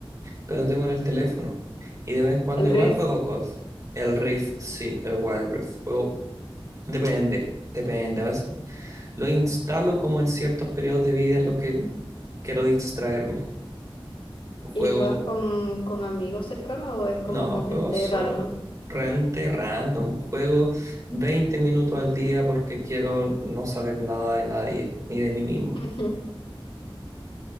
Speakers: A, on the right (about 35°); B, on the left (about 70°).
A: pero tengo en el teléfono, y de vez en cuando
B: El
A: igual
B: Rift.
A: juego COD, el Rift, sí, el Wild Rift, juego Depende, depende. A veces lo instalo como en ciertos periodos de vida en los que quiero distraerme. Juego,
B: ¿Y juegas con, con amigos cercanos o es como
A: no,
B: con
A: juego
B: gente
A: solo.
B: random?
A: Rente random. Juego 20 minutos al día porque quiero no saber nada de nadie, ni de mí mismo.
B: <laughs>